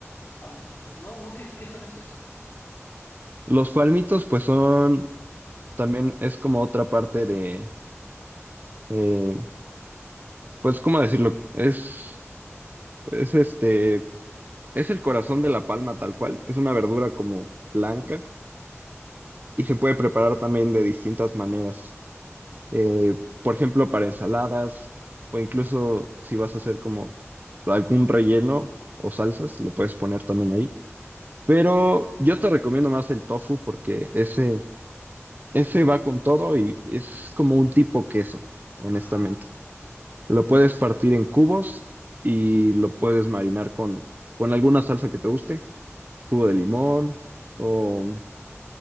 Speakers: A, on the left; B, on the right.
A: Palmitos, no, no, ¿qué, es- qué son esos?
B: Los palmitos pues son, también es como otra parte de, eh, pues, ¿cómo decirlo? Es, es este Es el corazón de la palma tal cual. Es una verdura como blanca
A: Ujú.
B: y se puede preparar también de distintas maneras. Eh, por ejemplo, para ensaladas o incluso si vas a hacer como algún relleno o salsas, lo puedes poner también ahí. Pero yo te recomiendo más el tofu porque ese, ese va con todo y es como un tipo queso, honestamente.
A: Ajá.
B: Lo puedes partir en cubos y lo puedes marinar con, con alguna salsa que te guste. jugo de limón o